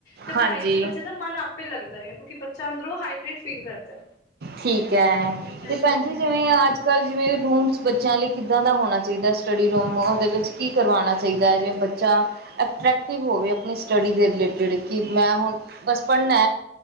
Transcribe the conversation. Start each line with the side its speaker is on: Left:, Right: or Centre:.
Left: ਤੇ
Right: ਹਾਂਜੀ
Left: ਪੜ੍ਹਾਈ ਚ ਬੱਚੇ ਦਾ ਮਨ ਆਪੇ ਲੱਗਦਾ। ਕਿਉਂਕਿ ਬੱਚਾ ਅੰਦਰੋਂ ਹਾਈਡਰੇਟ ਫੀਲ ਕਰਦਾ।
Right: ਠੀਕ ਹੈ ਤੇ
Left: ਇਹ ਸਭ
Right: ਭੈਣ
Left: ਹੁੰਦੀਆਂ
Right: ਜ ਜਿਵੇਂ ਅੱਜ ਕੱਲ ਜਿਵੇਂ ਰੂਮਸ ਬੱਚਿਆਂ ਲਈ ਕਿੱਦਾਂ ਦਾ ਹੋਣਾ ਚਾਹੀਦਾ ਸਟੱਡੀ ਰੂਮ ਉਹਦੇ ਵਿੱਚ ਕੀ ਕਰਵਾਉਣਾ ਚਾਹੀਦਾ ਹੈ ਜਿਵੇਂ ਬੱਚਾ ਅਟਰ੍ਰੈਕਟਿਵ ਹੋਵੇ। ਆਪ ਸਟੱਡੀ ਦੇ ਰਿਲੇਟਿਡ ਕਿ ਮੈਂ ਹੁਣ ਬਸ ਪੜ੍ਹਨਾ।